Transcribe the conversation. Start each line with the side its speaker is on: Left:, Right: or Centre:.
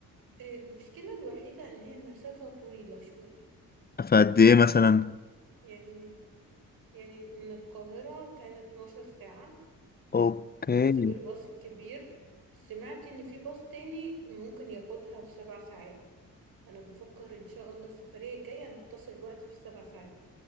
Right: المشكلة الوحيدة ان هي مسافة طويلة شوية
Left: فقد ايه مثلا
Right: يعني يعني من القاهرة كانت 12 ساعة
Left: اوكي
Right: بس بالباص الكبير سمعت ان في باص تاني ممكن ياخدها في سبع ساعات انا بفكر ان شاء الله السفريه الجايه نقتصر الوقت في السبع ساعات دي